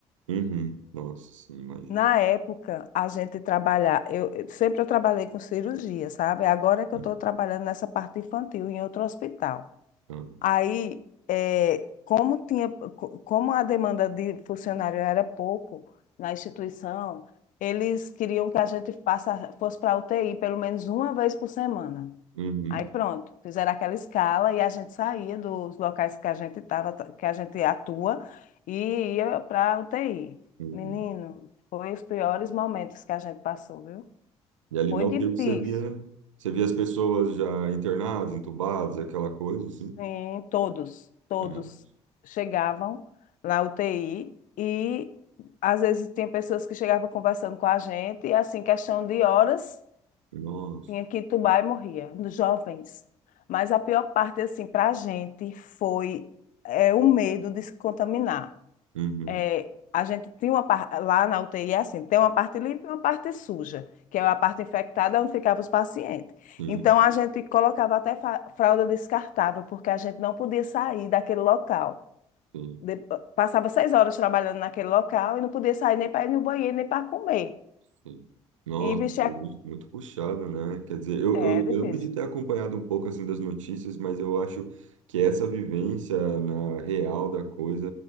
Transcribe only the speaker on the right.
Uhum. Nossa, sim, imagino.
Uhum.
Ah.
Uhum.
Uhum.
E ali
não
tem o que você via. Você via as pessoas já internadas, entubadas, aquela coisa, assim.
Uhum.
Nossa.
Uhum.
Sim,
sim,
sim. Nossa,
muito
muito puxado, né? Quer dizer, eu,
eu, eu
lembro de ter acompanhado um pouco, assim, das notícias, mas eu acho que essa vivência na real da coisa